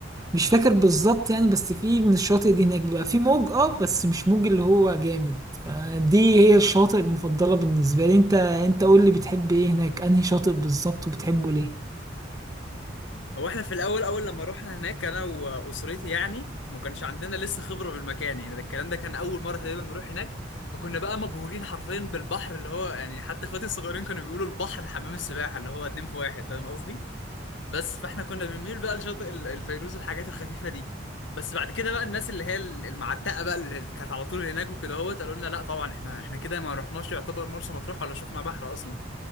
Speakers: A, on the right; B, on the left.
A: مش فاكر بالظبط يعني بس في من الشواطئ دي هناك بيبقى في موج اه بس مش موج اللي هو جامد فدي هي الشواطئ المفضلة بالنسبة لي انت انت قول لي بتحب ايه هناك انهي شاطئ بالظبط وبتحبه ليه
B: هو احنا في الاول اول لما روحنا هناك انا واسرتي يعني ما كانش عندنا لسه خبره بالمكان يعني ده الكلام ده كان اول مره تقريبا نروح هناك فكنا بقى مبهورين حرفيا بالبحر اللي هو يعني حتى اخواتي الصغيرين كانوا بيقولوا البحر حمام السباحه اللي هو اتنين في واحد فاهم قصدي بس فاحنا كنا بنميل بقى لشاطئ ال- الفيروز والحاجات الخفيفه دي بس بعد كده بقى الناس اللي هي ال- المعتقه بقى اللي كانت على طول هناك وكده هوت قالوا لنا لا طبعا احنا احنا كده ما رحناش يعتبر مرسى مطروح ولا شفنا بحر اصلا